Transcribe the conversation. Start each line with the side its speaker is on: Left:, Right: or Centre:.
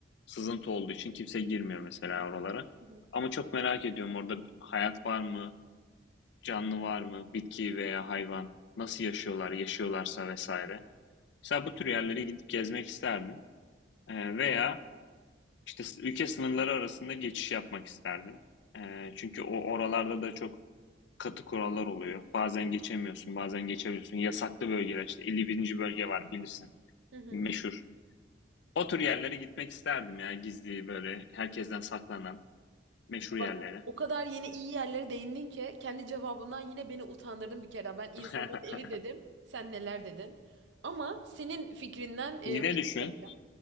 Left: sızıntı olduğu için kimse girmiyor mesela oralara.
Right: Hı hı.
Left: Ama çok merak ediyorum orada hayat var mı? canlı var mı, bitki veya hayvan, nasıl yaşıyorlar, yaşıyorlarsa vesaire. Mesela bu tür yerlere gidip gezmek isterdim. Ee, veya işte ülke sınırları arasında geçiş yapmak isterdim. Ee, çünkü o oralarda da çok katı kurallar oluyor. Bazen geçemiyorsun, bazen geçebiliyorsun. Yasaklı bölgeler işte 51. bölge var bilirsin.
Right: Hı hı.
Left: Meşhur. O tür yerlere gitmek isterdim ya gizli böyle herkesten saklanan meşhur yerlere.
Right: Bak o kadar yeni iyi yerlere değindin ki kendi cevabından yine beni utandırdın bir kere. Ben insanların
Left: <laughs>
Right: evi dedim. Sen neler dedin? Ama senin fikrinden e,
Left: Yine
Right: bir şey
Left: düşün.
Right: söyleyeceğim.